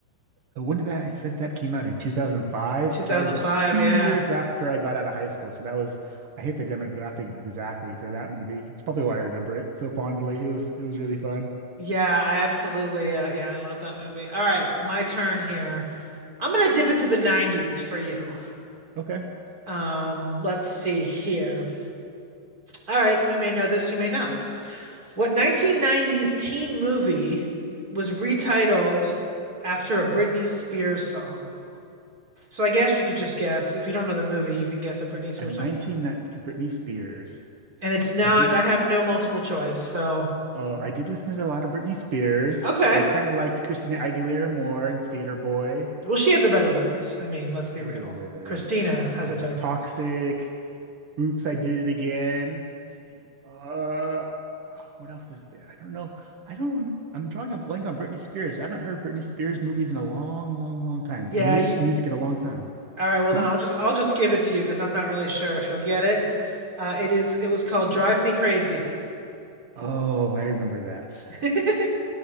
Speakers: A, on the right; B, on the right.
A: uh, when did that I said that came out in 2005?
B: 2005,
A: So that was two
B: yeah.
A: years after I got out of high school. So that was I hit the demographic exactly for that movie. It's probably why I remember it so fondly. It was it was really fun.
B: Yeah, I absolutely uh, yeah, I love that movie. All right, my turn here. I'm gonna dip into the 90s for you.
A: Okay.
B: Um, let's see here. All right, you may know this, you may not. What 1990s teen movie was retitled after a Britney Spears song? So I guess you could just guess. If you don't know the movie, you can guess a Britney Spears
A: A 1990
B: song.
A: Britney Spears.
B: And it's not,
A: I did
B: I have no multiple choice. So,
A: oh I did listen to a lot of Britney Spears.
B: okay.
A: I kind of liked Christina Aguilera more and Skater Boy.
B: Well, she has a better voice. I mean, let's be
A: What
B: real.
A: is there? There's
B: Christina has
A: there's
B: a better
A: Toxic.
B: voice.
A: Oops, I Did It Again. Uh, what else is there? I don't know. I don't. rem- I'm drawing a blank on Britney Spears. I haven't heard Britney Spears movies in a long, long, long time,
B: Yeah,
A: or mu
B: you,
A: music in a long time.
B: all right, well
A: <gasps>
B: then I'll just I'll just give it to you because I'm not really sure if you'll get it. Uh, it is it was called Drive Me Crazy.
A: Oh, I remember that.
B: <laughs>